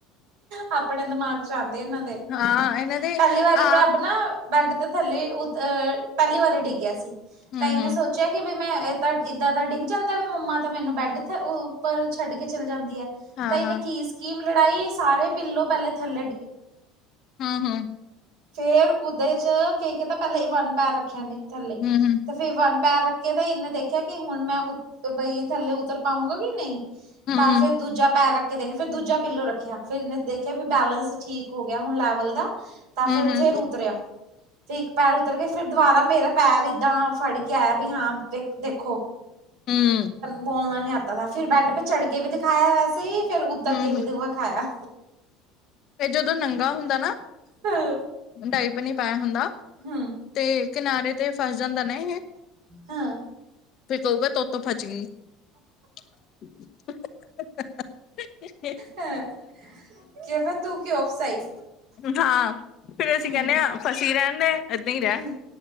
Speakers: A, on the right; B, on the left.
A: ਆਪਣੇ ਦਿਮਾਗ ਚ ਆਉਂਦੇ ਇਹਨਾਂ ਦੇ,
B: ਹਾਂ ਇਹਨਾਂ ਦੇ
A: ਪਹਿਲੀ ਵਾਰੀ
B: ਆਪ
A: ਪ੍ਰੱਬ ਨਾ, ਬੈਡ ਤੋ ਥੱਲੇ ਉ ਅਹ ਪਹਿਲੀ ਵਾਰੀ ਡਿੱਗਿਆ ਸੀ
B: ਹੂੰ
A: ਤਾਂ ਇਹਨੇ
B: ਹੂੰ
A: ਸੋਚ ਸੋਚਿਆ ਕਿ ਵੀ ਮੈਂ ਇਹ ਤਾਂ ਇੱਦਾਂ ਦਾ ਡਿੱਗ ਜਾਂਦਾ ਵੀ ਮੰਮਾ ਤਾਂ, ਮੈਨੂੰ ਬੈੱਡ ਦੇ ਉੱਪਰ ਛੱਡ ਕੇ ਚੱਲ ਜਾਂਦੀ ਹੈ।
B: ਹਾਂ
A: ਤਾਂ ਇਹਨੇ
B: ਹਾਂ
A: ਕੀ ਸਕੀਮ ਲੜਾਈ ਸਾਰੇ ਪਿੱਲੋਂ ਪਹਿਲੇ ਥੱਲੇ,
B: ਹੂੰ, ਹੂੰ।
A: ਫੇਰ ਉਹਦੇ ਚ ਕੀ ਪਤਾ ਪਹਿਲਾਂ ਵਨ ਪੈਰ ਰੱਖਿਆ ਨੇ ਥੱਲੇ
B: ਹੂੰ ਹੂੰ
A: ਤੇ, ਫਿਰ ਵਨ ਪੈਰ ਰੱਖੇ ਤਾਂ ਇਹਨੇ ਦੇਖਿਆ ਕਿ ਹੁਣ ਮੈਂ ਬਈ ਥੱਲੇ ਉਤਰ ਪਾਊਂਗਾ ਕਿ ਨਹੀਂ।
B: ਹੂੰ
A: ਤਾਂ,
B: ਹੂੰ
A: ਫੇਰ ਦੂਜਾ ਪੈਰ ਰੱਖ ਕੇ ਦੇਖ, ਫਿਰ ਦੂਜਾ ਪਿੱਲੋ ਰੱਖਿਆ, ਫਿਰ ਇਹਨੇ ਦੇਖਿਆ, ਵੀ ਬੈਲੈਂਸ ਠੀਕ ਹੋ ਗਿਆ ਹੁਣ ਲੈਵਲ ਦਾ। ਤਾਂ ਫਿਰ,
B: ਹੂੰ
A: ਫੇਰ ਉਤਰਿਆ। ਫਿਰ ਇੱਕ ਪੈਰ ਉੱਤਰ ਕੇ ਫਿਰ ਦੁਬਾਰਾ ਮੇਰਾ ਪੈਰ ਏਦਾਂ ਫੜ ਕੇ ਆਇਆ ਵੀ ਹਾਂ ਵੇਖ ਦੇਖੋ।
B: ਹੂੰ
A: ਬੋਲਣਾ ਨਹੀਂ ਆਤਾ ਫਿਰ ਬੈੱਡ ਪੇ ਚੜ੍ਹ ਕੇ ਵੀ ਦਿਖਾਇਆ ਵੈਸੇ ਹੀ ਫਿਰ ਉੱਤਰ
B: ਹੂੰ
A: ਕੇ ਵੀ ਦਿਖਾਇਆ।
B: ਤੇ ਜਦੋਂ ਨੰਗਾ ਹੁੰਦਾ ਨਾ
A: ਹਮ
B: ਡਾਈਪਰ ਨੀ ਪਾਇਆ ਹੁੰਦਾ।
A: ਹਮ
B: ਤੇ ਕਿਨਾਰੇ ਤੇ ਫਸ ਜਾਂਦਾ ਨਾ ਇਹ।
A: ਹੂੰ।
B: ਫਿਰ ਕਹੇਗਾ ਤੋਤੋਂ ਫਚ ਗਈ। <unintelligible>
A: ਹੈ, ਕਿਹੋ ਤੂੰ ਕਿਉਂ ਫਸਾਈ।
B: ਹਾਂ, ਫਿਰ ਅਸੀਂ
A: ਹੂੰ,
B: ਕਹਿੰਦੇ ਹਾਂ, ਫਸੀ ਰਹਿਣ ਦੇ ਏਦਾਂ ਹੀ ਰਹਿ।
A: ਹੂੰ,